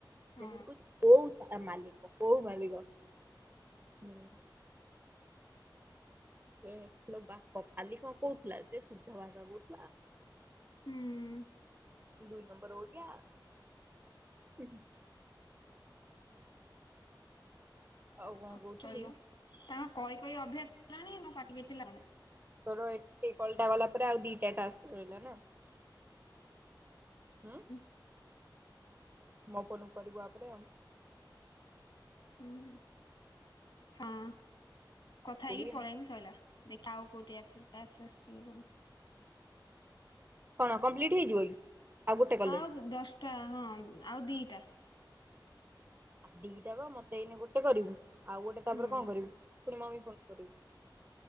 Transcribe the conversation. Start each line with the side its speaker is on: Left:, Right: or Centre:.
Left: ହଁ
Right: ସେଠୁ କହୁଚି କୋଉ ସା ମାଲିକ କୋଉ ମାଲିକ ହୁଁ। ହୁଁ ଇଲୋ ବାପ ଖାଲି କଣ କହୁ ଲା ସେ ଶୁଦ୍ଧ ଭାଷା କହୁଥୁଲା।
Left: ହୁଁ
Right: ଦୁଇ ନମ୍ବର <unintelligible> ଆଉ
Left: <inaudible>
Right: କଣ କହୁଥିଲି
Left: ଚଳିବ ତାଙ୍କ କହି କହି ଅଭ୍ୟାସ ହେଲାଣି ମୋ ପାଟିି କିଛି <inaudible>
Right: ତର ଏଠେ କଲ୍ ଟା ଗଲା ପରେ ଆଉ ଦିଟା ଟାସ୍କ ରହିଲା ନା। ହୁଁ
Left: ହ
Right: ମୋ ଫୋନ ରୁ କରିବୁ ଆପରେ ଆଉ।
Left: ହୁଁ। ହଁ କଥା
Right: କୋଡିଏ
Left: ହେଇକି ପଳେଇମି ସଇଲା ଦେଖା ଆଉ କୋଉଠି <unintelligible> ଅଛି ଗି କଣ
Right: କଣ କମ୍ପ୍ଲିଟ୍ ହେଇଯିବ କି? ଆଉ ଗୋଟେ କଲେ
Left: ଆଉ ଦଶଟା ହଁ ଆଉ ଦିଟା।
Right: ଆଉ ଦିଟା ବା ମତେ ଏଇନେ ଗୋଟେ କରିବୁ। ଆଉ ଗୋଟେ ତାପରେ
Left: ହୁଁ
Right: କଣ କରିବୁ ଫୁଣି ମମି ଫୋନ କୁ କରିବୁ।